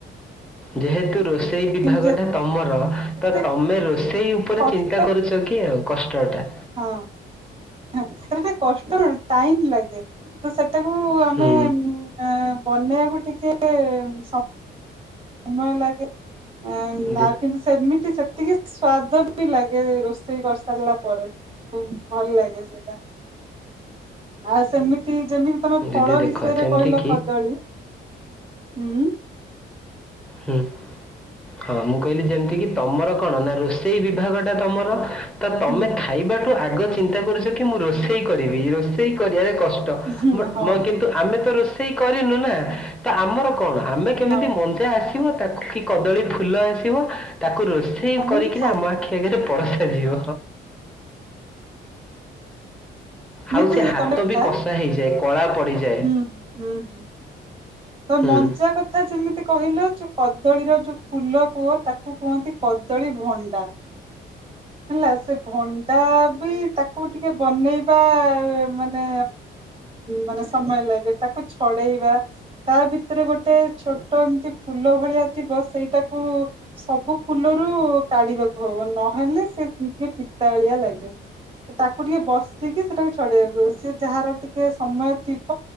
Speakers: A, in the centre; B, on the right.
A: ଯେହେତୁ ରୋଷେଇ ବିଭାଗ
B: କିନ୍ତୁ
A: ଟା ତମର,
B: ଏତେ
A: ତ ତମେ ରୋଷେଇ ସେଇ ଉପରେ
B: କଷ୍ଟ
A: ଚିନ୍ତା କରୁଛ କି ଆଉ କଷ୍ଟଟା?
B: ହଁ ସେଟା ଟିକେ କଷ୍ଟ ନୁହେଁ, ଟାଇମ ଲାଗେ। ତ ସେଟାକୁ ଆମେ
A: ହୁଁ।
B: ଆ ବନେଇବାକୁ ଟିକେ ସମୟ ଲାଗେ ଉଁ
A: ଦେ
B: ଆଉ କିନ୍ତୁ ସେମିତି ସେତିକି ସ୍ଵାଦ ବି ଲାଗେ, ରୋଷେଇ କରିସାରିଲା ପରେ। ଭଲ ଲାଗେ ସେଟା ଆଉ ସେମିତି ଯେମିତି ତମେ
A: ଦିଦି
B: ଫଳ
A: ଦେଖ
B: ବିଷୟରେ
A: ଯେମିତି
B: କହିଲ
A: କି
B: କଦଳୀ ହୁ?
A: ହୁଁ ହଁ ମୁଁ କହିଲି ଯେମିତି କିି ତମର କଣ ନା, ରୋଷେଇ ବିଭାଗ ଟା ତମର? ତ ତମେ
B: ହୁଁ
A: ଖାଇବାଠୁ ଆଗ ଚିନ୍ତା କରୁଛ କି ମୁଁ ରୋଷେଇ କରିବି, ରୋଷେଇ କରିବାରେ କଷ୍ଟ
B: ହୁଁ ହଉ
A: କିନ୍ତୁ ଆମେ ତ ରୋଷେଇ କରିନୁ ନା, ତ ଆମର କଣ ଆମେ କେମିତି
B: ହଉ
A: ମଞ୍ଚ ଆସିବ ତାକୁ କି କଦଳୀ ଫୁଲ ଆସିବ ତାକୁ ରୋଷେଇ
B: ଏମିତି
A: କରିକିରି
B: ଖାଇବ
A: ଆମ ଆଖି ସେ ଘରେ ପରସା ଯିବ।
B: ଏମିତି
A: ଆଉ ସେ ହାତ
B: ତମେ କଥା
A: ବି କଷ୍ଟ ପଚା ହେଇଯାଏ, କଳା ପଡିଯାଏ,
B: ହୁଁ ହୁଁ ହୁଁ ତ
A: ହୁଁ।
B: ମଞ୍ଜା କଥା ଯେମିତି କହିଲ ଯୋଉ କଦଳୀର ଯୋଉ ଫୁଲ କୁହ ତାକୁ କୁହନ୍ତି କଦଳୀ ଭଣ୍ଡା। ହେଲା ସେ ଭଣ୍ଡା ବି ତାକୁ ଟିକେ ବନେଇବା ମାନେ ମାନେ ସମୟ ଲାଗେ, ତାକୁ ଛଡେଇବା ତା ଭିତରେ ଗୋଟେ ଛୋଟ ଏମିତି ଫୁଲ ଭଳିଆ ଥିବ ସେଇଠା? ତାକୁ ସବୁ ଫୁଲରୁ କାଢିବାକୁ ହବ, ନହେଲେ ସେ ଟିକେ ତାଳିଆ ଲାଗେ, ତାକୁ ଟିକେ ବସିକି ସେଟାକୁ ଛଡେଇବାକୁ ସେ ଯାହାର ଟିକେ ଟିକେ ସମୟ ଥିବ,